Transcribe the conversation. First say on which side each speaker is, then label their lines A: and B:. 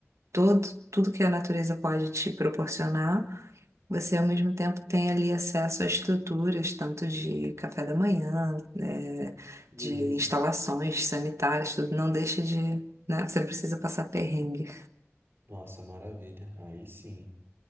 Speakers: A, on the right; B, on the right.
A: todo, tudo que a natureza pode te proporcionar, você ao mesmo tempo tem ali acesso a estruturas, tanto de café da manhã, é,
B: que delícia.
A: de instalações sanitárias, tudo não deixa de, né, você precisa passar perrengue.
B: Nossa, maravilha. Aí sim.